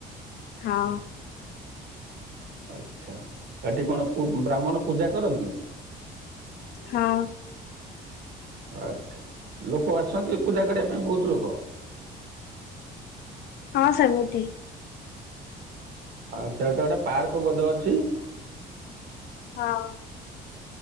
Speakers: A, on the left; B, on the right.
A: ହଁ
B: ଆଛା ହେଟି କଣ ପୁ ବ୍ରାହ୍ମଣ ପୂଜା କରନ୍ତି।
A: ହଁ
B: ଆଛା ଲୋକ ଆସନ୍ତି ପୂଜା କରିବା ପାଇଁ ବହୁତ। <unintelligible>
A: ହଁ ସେମିତି।
B: ଆଛା ତ <unintelligible> ପାର୍କ ବୋଧେ ଅଛି।
A: ହଁ